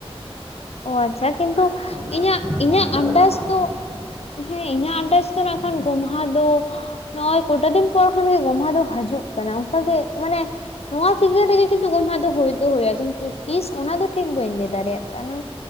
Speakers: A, on the left; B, on the right.
A: ᱚ ᱟᱪᱪᱷᱟ ᱠᱤᱱᱛᱩ
B: ᱚᱠᱟ ᱦᱤᱞᱳᱜ ᱠᱚ ᱢᱟᱱᱟᱣᱟ
A: ᱤᱧᱟᱹᱜ
B: ᱚᱱᱟ
A: ᱤᱧᱟᱹᱜ
B: ᱯᱚᱭᱮᱱᱴ ᱫᱚ
A: ᱟᱱᱫᱟᱥ
B: ᱨᱟᱠᱟᱵ ᱟᱠᱟᱱ
A: ᱫᱚ
B: ᱦᱮᱸ᱾
A: ᱦᱮᱸ ᱤᱧᱟᱹᱜ ᱟᱱᱫᱟᱡᱽ ᱫᱚ ᱱᱟᱜ ᱠᱷᱟᱱ ᱜᱚᱢᱦᱟ ᱫᱚ ᱱᱚᱜᱼᱚᱭ ᱠᱳᱴᱟ ᱫᱤᱱ ᱯᱚᱨ ᱠᱷᱚᱱ ᱜᱮ ᱜᱚᱢᱦᱟ ᱫᱚ ᱦᱤᱡᱩᱜ ᱠᱟᱱᱟ ᱚᱱᱠᱟᱜᱮ ᱢᱟᱱᱮ ᱱᱚᱣᱟ ᱥᱤᱡᱚᱱ ᱨᱮᱜᱮ ᱠᱤᱱᱛᱩ ᱜᱚᱢᱦᱟ ᱫᱚ ᱦᱩᱭ ᱫᱚ ᱦᱩᱭᱩᱜᱼᱟ ᱠᱤᱱᱛᱩ ᱛᱤᱥ ᱚᱱᱟᱫᱚ ᱴᱷᱤᱠ ᱵᱟᱹᱧ ᱞᱟᱹᱭ ᱫᱟᱲᱮᱭᱟᱜ ᱠᱟᱱᱟ᱾